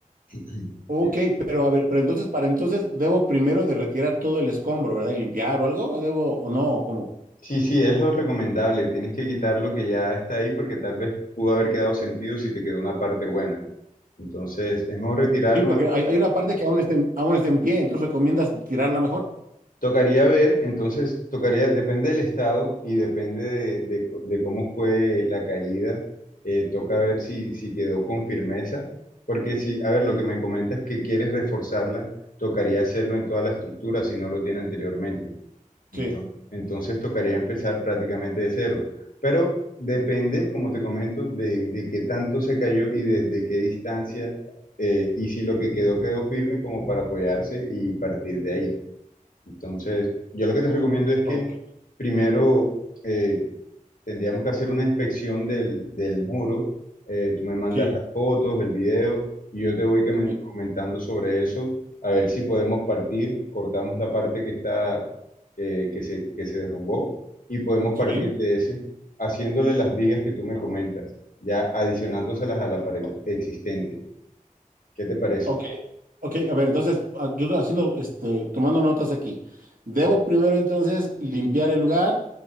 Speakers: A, on the left; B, on the right.
A: <clears throat>
B: Ok,
A: Eh,
B: pero a ver, pero entonces, para entonces, ¿debo primero de retirar todo el escombro, ¿verdad? Y limpiar o algo, o debo, o no, o cómo?
A: Sí, sí, es lo recomendable. Tienes que quitar lo que ya está ahí porque tal vez pudo haber quedado sentido si te quedó una parte buena. Entonces, es mejor retirarlo
B: Sí, porque hay, hay una parte que aún está, en- aún está en pie, entonces recomiendas tirarla mejor.
A: Tocaría ver, entonces, tocaría, depende del estado y depende de, de de cómo fue la caída, eh, toca ver si, si quedó con firmeza, porque si, a ver, lo que me comentas es que quieres reforzarla, tocaría hacerlo en toda la estructura si no lo tiene anteriormente. Entonces,
B: Sí,
A: entonces tocaría empezar prácticamente de cero, pero depende, como te comento, de, de qué tanto se cayó y desde qué distancia, eh, y si lo que quedó quedó firme como para apoyarse y partir de ahí. Entonces, yo lo que te recomiendo es que
B: ok,
A: primero eh, tendríamos que hacer una inspección del, del muro. Eh, tú me mandas
B: sí,
A: las fotos, el video, y yo te voy comen-
B: sí,
A: comentando sobre eso, a ver si podemos partir, cortamos la parte que está, eh, que se, que se derrumbó, y podemos
B: sí.
A: partir de ese, haciéndole las vigas que tú me comentas, ya adicionándoselas a la pared existente. ¿Qué te parece?
B: Ok, ok, a ver, entonces ah, yo estoy haciendo, este, tomando notas aquí. Debo primero entonces limpiar el lugar,